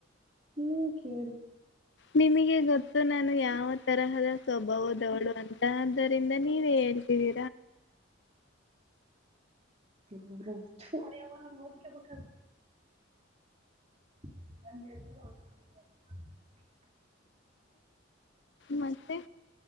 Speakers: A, on the right (about 35°); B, on the left (about 60°).
A: ನೀ್ಮ ಕಿ
B: ನಿಮಗೆ ಗೊತ್ತು ನಾನು ಯಾವ ತರಹದ ಸ್ವಭಾವದವಳು ಅಂತ ಆದ್ದರಿಂದ ನೀವೇ ಹೇಳ್ತೀರಿ
A: ಹೊೆಯ ಅವರ ಓದಕ್ಕೆಬೇಕ ಎಲ್ಲನ್ ಹ
B: ನಸ್ೆ